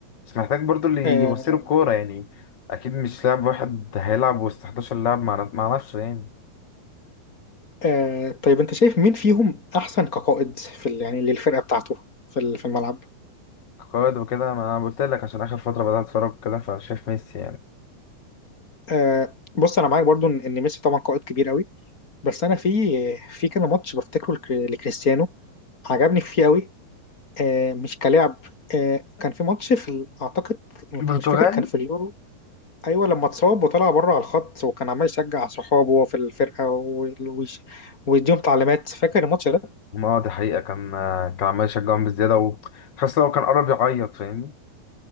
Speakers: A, on the left; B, on the left.
A: بس محتاج برضو اللي
B: آه
A: يبصيله الكورة يعني أكيد مش لاعب واحد هيلعب وسط 11 لاعب مع مع نفسه يعني
B: آه طيب انت شايف مين فيهم احسن كقائد في ال- يعني للفرقه بتاعته في ال- في الملعب
A: قائد وكده ما أنا قلت لك عشان آخر فترة بدأت أتفرج كده فشايف ميسي يعني
B: آه بص انا معاك برضو ان إن ميسي طبعا قائد كبير قوي بس انا في في كان ماتش بفتكره لك- لكريستيانو عجبني فيه قوي آه مش كلاعب آه كان في ماتش في ال- اعتقد
A: البرتغال
B: مش فاكر كان في اليورو ايوه لما اتصاب وطلع بره على الخط وكان عمال يشجع صحابه وهو في الفرقه و- ويش- ويديهم تعليمات فاكر الماتش ده
A: ما دي حقيقة كان كان عمال يشجعهم بزيادة وتحس لو كان قرب يعيط فاهمني